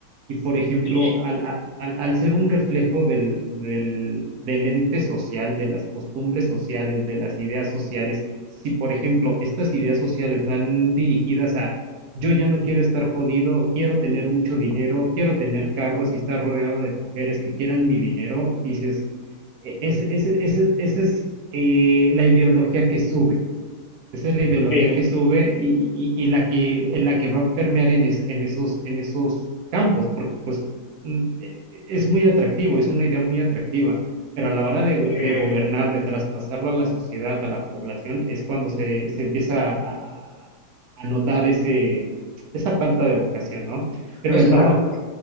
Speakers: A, on the right (about 65°); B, on the left (about 35°).
A: Y, por ejemplo,
B: Sí,
A: al, a- al, al ser un reflejo del, del, del ente social, de las costumbres sociales, de las ideas sociales, si, por ejemplo, estas ideas sociales van dirigidas a yo ya no quiero estar jodido, quiero tener mucho dinero, quiero tener carros y estar rodeado de mujeres que quieran mi dinero, dices, e- Ese, ese- ese- esa es eh, la ideología que sube. Esa es la ideología
B: sí.
A: que sube y, y- y la que, en la que va a permear en, es- en esos, en esos campos, porque pues mm, e- e- es muy atractivo, es una idea muy atractiva, pero a la hora de,
B: Eh,
A: de gobernar, de traspasarlo a la sociedad, a la población, es cuando se, se empieza a, a- a notar ese, esa falta de vocación, ¿no? Pero
B: exacto.
A: hermano,